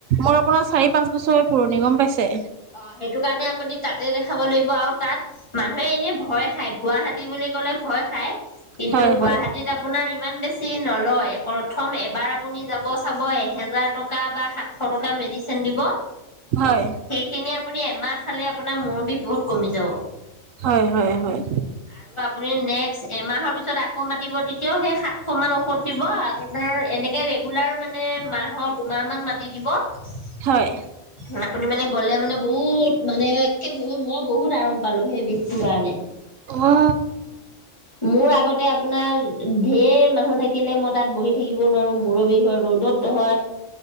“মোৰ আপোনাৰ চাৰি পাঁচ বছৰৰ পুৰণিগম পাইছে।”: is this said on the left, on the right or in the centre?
Right